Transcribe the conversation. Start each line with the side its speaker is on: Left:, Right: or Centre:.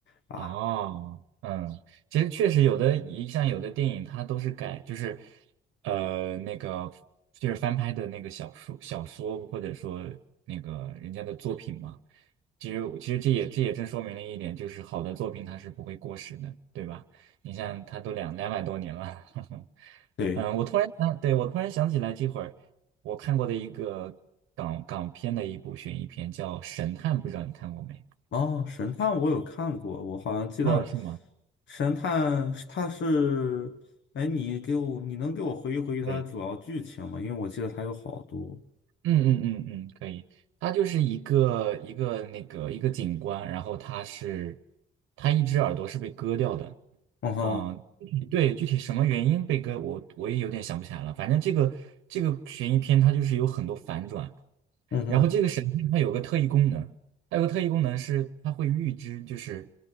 Left: 啊！
Right: 哦，嗯，其实确实有的，像有的电影它都是改，就是呃那个就是翻拍的那个小说小说，或者说那个人家的作品嘛。其实其实这也这也正说明了一点，就是好的作品它是不会过时的，对吧？你像它都两两百多年了，<laughs>
Left: 对，
Right: 嗯，我突然想，对，我突然想起来，这会儿我看过的一个港港片的一部悬疑片叫《神探》，不知道你看过没？
Left: 哦，神探我有看过，我好像记得
Right: 哦，是吗？
Left: 神探是它是，哎，你给我你能给我回忆回忆它的主要剧情吗？
Right: 对。
Left: 因为我记得它有好多。
Right: 嗯嗯嗯嗯，可以。它就是一个一个那个一个景观，然后他是他一只耳朵是被割掉的，
Left: 嗯哼，
Right: 嗯、具体对，具体什么原因被割，我我也有点想不起来了。反正这个这个悬疑片它就是有很多反转，
Left: 嗯哼，
Right: 然后这个神仙它有个特异功能，它有个特异功能是它会预知，就是，